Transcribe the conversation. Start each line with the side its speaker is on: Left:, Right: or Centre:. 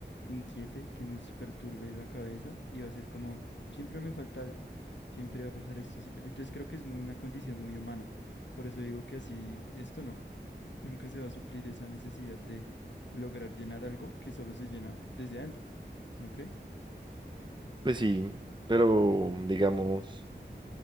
Left: inquiete, que nos perturbe la cabeza y va a ser como, siempre me falta algo, siempre va a pasar esto, siempre. Entonces creo que es muy, una condición muy humana, por eso digo que así, esto no. Nunca se va a suplir esa necesidad de lograr llenar algo que solo se llena desde adentro, ¿no cree?
Right: Pues sí, pero digamos,